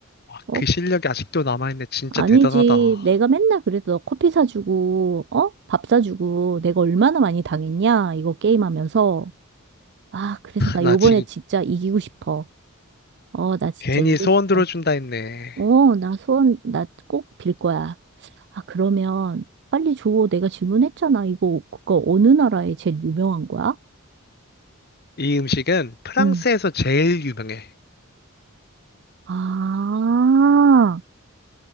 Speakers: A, on the left; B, on the right.
A: 와,
B: 어,
A: 그 실력이 아직도 남아있네. 진짜
B: 아니지.
A: 대단하다.
B: 내가 맨날 그래서 너 커피 사주고, 어? 밥 사주고, 내가 얼마나 많이 당했냐? 이거 게임하면서. 아, 그래서 나
A: 나
B: 요번에
A: 지금
B: 진짜 이기고 싶어. 어, 나 진짜
A: 괜히
B: 이기고
A: 소원
B: 싶어.
A: 들어준다 했네.
B: 어, 나 소원, 나 꼭 빌 거야. 아, 그러면 빨리 줘. 내가 질문했잖아. 이거, 그거 어느 나라에 제일 유명한 거야?
A: 이 음식은 프랑스에서
B: 응.
A: 제일 유명해.
B: 아,